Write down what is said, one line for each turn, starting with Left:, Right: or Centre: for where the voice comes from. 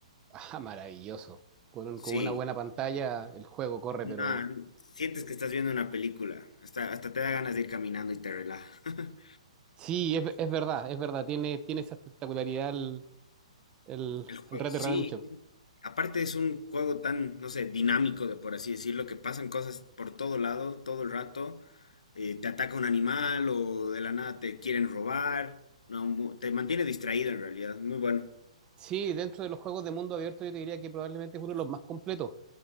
Right: <laughs> Ah, maravilloso. Con, un-
Left: Sí,
Right: con una buena pantalla el juego corre, pero...
Left: no, sientes que estás viendo una película. Hasta, hasta te da ganas de ir caminando y te relaja. <laughs>
Right: Sí, es, es verdad, es verdad. Tiene, tiene esa espectacularidad el, el,
Left: El juego,
Right: el Red
Left: sí,
Right: Dead Redemption.
Left: sí. Aparte es un juego tan, no sé, dinámico, de por así decirlo, que pasan cosas por todo lado, todo el rato. Eh, te ataca un animal o de la nada te quieren robar. No, mu- te mantiene distraído en realidad. Muy bueno.
Right: Sí, dentro de los juegos de mundo abierto yo te diría que probablemente es uno de los más completos.